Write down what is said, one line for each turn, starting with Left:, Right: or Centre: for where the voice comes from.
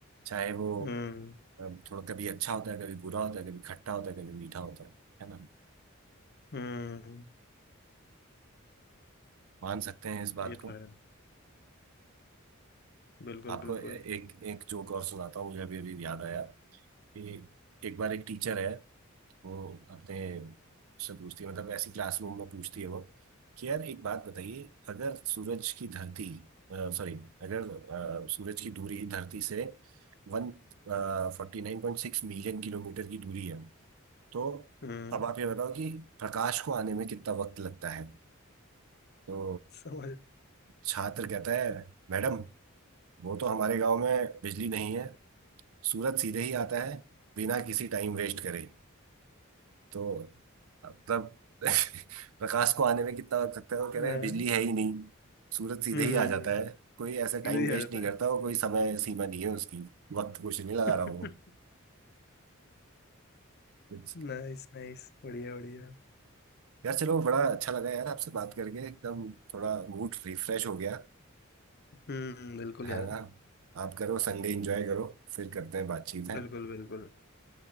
Right: चाहे वो
Left: हम्म
Right: अ, थोड़ा कभी अच्छा होता है कभी बुरा होता है कभी खट्टा होता है कभी मीठा होता है है ना
Left: हम्म
Right: मान सकते हैं इस बात
Left: ये
Right: को
Left: तो है बिल्कुल
Right: आपको
Left: बिल्कुल
Right: ए- एक एक जोक और सुनाता हूँ मुझे अभी अभी याद आया कि एक बार एक टीचर है वो अपने से पूछती है मतलब ऐसी क्लासरूम में पूछती है वो कि यार एक बात बताइए अगर सूरज की धरती सॉरी अगर अ, सूरज की दूरी धरती से वन फोर्टी नाइन पॉइंट सिक्स मिलियन किलोमीटर की दूरी है तो
Left: हम्म
Right: अब आप ये बताओ कि प्रकाश को आने में कितना वक्त लगता है तो
Left: समझ
Right: छात्र कहता है मैडम वो तो हमारे गांव में बिजली नहीं है सूरज सीधे ही आता है बिना किसी टाइम वेस्ट करे तो मतलब <laughs> प्रकाश को आने में कितना वक्त लगता है वो कह
Left: हाँ,
Right: रहे हैं बिजली है ही नहीं सूरज सीधे
Left: हम्म
Right: ही आ जाता है कोई ऐसे टाइम
Left: सीधे ही
Right: वेस्ट
Left: आ जाता
Right: नहीं करता और कोई समय सीमा नहीं है उसकी वक्त कुछ नहीं लगा
Left: है
Right: रहा वो It's-
Left: नाइस नाइस बढ़िया बढ़िया
Right: यार चलो बड़ा अच्छा लगा यार आपसे बात करके एकदम थोड़ा मूड रिफ्रेश हो गया
Left: हम्म बिल्कुल
Right: है
Left: यार
Right: ना आप करो संडे एंजॉय करो फिर करते हैं बातचीत है
Left: बिल्कुल बिल्कुल